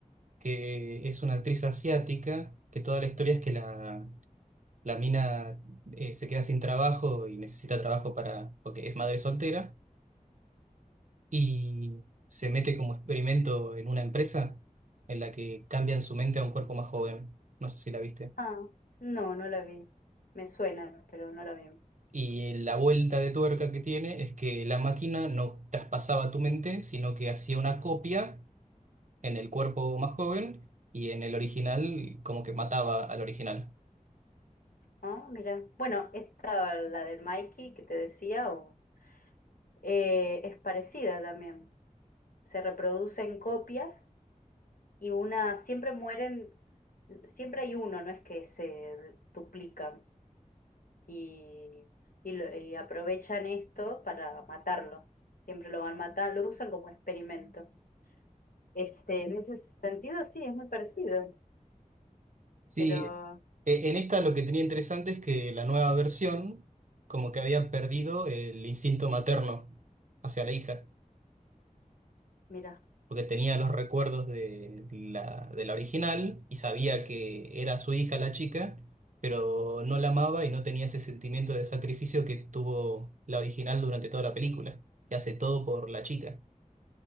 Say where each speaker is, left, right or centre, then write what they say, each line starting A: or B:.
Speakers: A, on the right; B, on the left.
A: que es una actriz asiática, que toda la historia es que la, la mina eh, se queda sin trabajo y necesita trabajo para, porque es madre soltera. y se mete como experimento en una empresa en la que cambian su mente a un cuerpo más joven. No sé si la viste.
B: Ah, no, no la vi. Me suena, pero no la vi.
A: Y la vuelta de tuerca que tiene es que la máquina no traspasaba tu mente, sino que hacía una copia en el cuerpo más joven y en el original como que mataba al original.
B: Ah, mira. Bueno, esta, la de Mikey que te decía, o- eh, es parecida también. Se reproducen copias y una, siempre mueren, siempre hay uno, no es que se duplican. y, y lo- y aprovechan esto para matarlo. Siempre lo van matando, lo usan como experimento. Este, en ese sentido sí, es muy parecido,
A: Sí,
B: pero
A: e- en esta lo que tenía interesante es que la nueva versión como que había perdido el instinto materno hacia la hija.
B: mira,
A: porque tenía los recuerdos de la, de la original y sabía que era su hija la chica, pero no la amaba y no tenía ese sentimiento de sacrificio que tuvo la original durante toda la película, que hace todo por la chica.